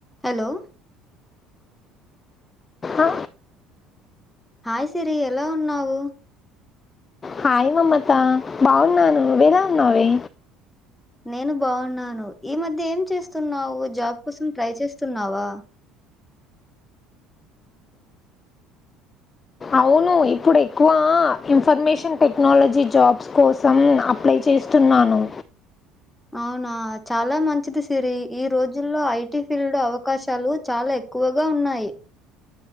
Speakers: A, in the centre; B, on the left (about 25°).
A: హలో
B: ఆ
A: హాయ్ సిరి ఎలా ఉన్నావు?
B: హాయ్ మమత బావున్నాను నువేల ఉన్నావే?
A: నేను బావున్నాను. ఈ మధ్య ఏం చేస్తున్నావు, జాబ్ కోసం ట్రై చేస్తున్నావా?
B: అవును ఇప్పుడు ఎక్కువ ఇన్ఫర్మేషన్ టెక్నాలజీ జాబ్స్ కోసం అప్లై చే చేస్తున్నాను
A: అవునా చాలా మంచిది సిరి ఈ రోజుల్లో ఐటీ ఫీల్డ్ అవకాశాలు చాలా ఎక్కువ. గా ఉన్నాయ్